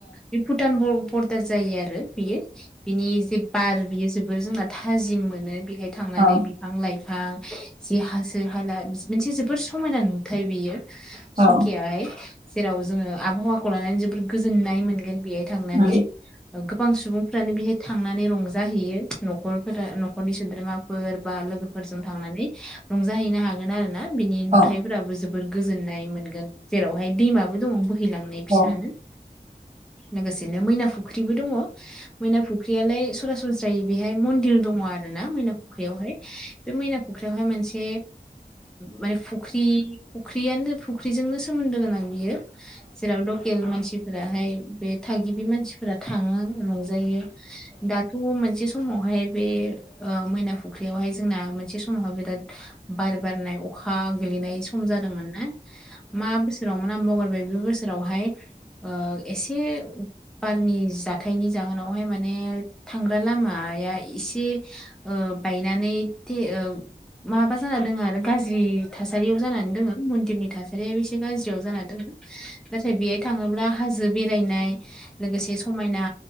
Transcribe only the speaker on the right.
औ
औ
औ
औ
औ